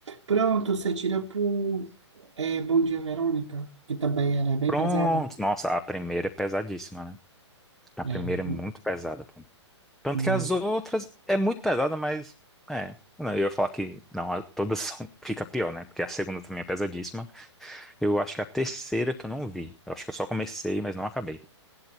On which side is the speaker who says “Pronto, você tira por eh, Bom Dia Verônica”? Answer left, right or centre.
Right